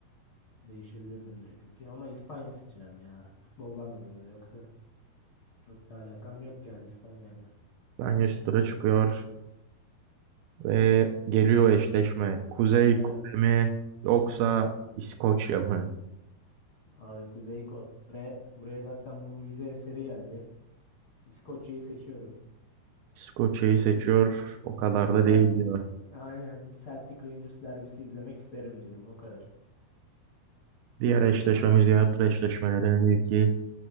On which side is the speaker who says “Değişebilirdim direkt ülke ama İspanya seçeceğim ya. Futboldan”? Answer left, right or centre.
Left